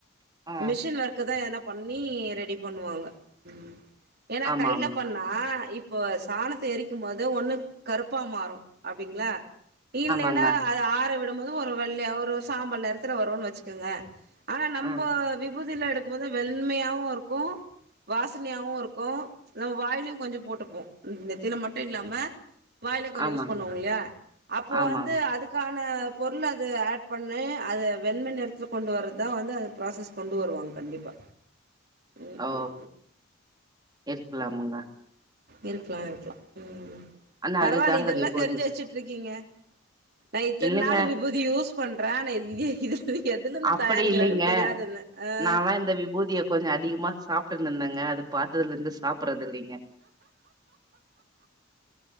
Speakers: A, on the right; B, on the right.
A: ஆ
B: மிஷின் ஒர்க்கு தான் எதனாப் பண்ணி ரெடி பண்ணுவாங்க. உம். ஏன்னா
A: ஆமா
B: கையில
A: ஆமா
B: பண்ணா இப்போ சாணத்தை எரிக்கும் போது ஒண்ணு கருப்பா மாறும் அப்படிங்களா இல்லன்னா
A: ஆமாங்க
B: அது ஆற விடும் மொத ஒரு வெள்ளையா ஒரு சாம்பல் நெறத்துல வருன்னு வச்சுக்கோங்க ஆனா நம்மப
A: ஆ
B: விபூதிலாம் எடுக்கும்போது வெண்மையாவும் இருக்கும் வாசனையாவும் இருக்கும் நம்ம வாயிலும் கொஞ்சம் போட்டுப்போம் நெத்தில மட்டும் இல்லாம வாயில கொஞ்சம்
A: ஆமாங்க
B: யூஸ் பண்ணுவோங்க இல்லையா அப்போ
A: ஆமா
B: வந்து அதுக்கா பண்ணா பொருள் அதை ஆட் பண்ணு அதை வெண்மை நிறத்தில் கொண்டு வர்றதான் வந்து அத ப்ராசஸ் கொண்டு வருவாங்க கண்டிப்பா ம்
A: ஓ
B: ம்
A: இருக்கலாமுங்க.
B: இருக்கலாம் இருக்கலாம் உம்
A: ஆனா
B: பரவாயில்ல
A: அதுதாங்க
B: இதெல்லாம்
A: விபூதி
B: தெரிஞ்சு வச்சிற்று இருக்கீங்க நா இத்தன்
A: இல்லங்க
B: நாளு விபூதி யூஸ் பண்றேன் இ இது எதுலருந்து
A: அப்படி
B: தயாரிக்கிறாங்கன்னு
A: இல்லிங்க
B: தெரியாதுன்ன ஆ
A: நால்லாம் இந்த விபூதியை கொஞ்சம் அதிகமா சாப்புட்டு இன் இந்தங்க அது பாத்ததுல இருந்து சாப்படுறது இல்லிங்க